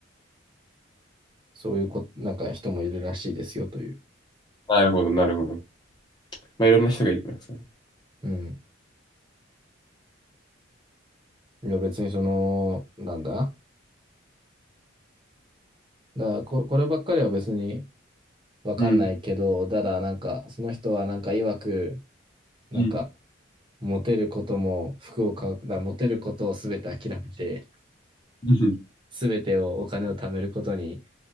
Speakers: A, on the right; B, on the left.
A: そういうこ、なんか人もいるらしいですよという。
B: なるほど、なるほど。まあ、いろんな人がいるからさ。
A: うん。いや別にその、なんだだからこ、こればっかりは別にわかんないけど、
B: うん、
A: ただなんか、その人はなんか曰く、なんか、
B: うん、
A: モテることも服を買う、だからモテることを全て諦めて、
B: <laughs> うん。
A: 全てをお金を貯めることに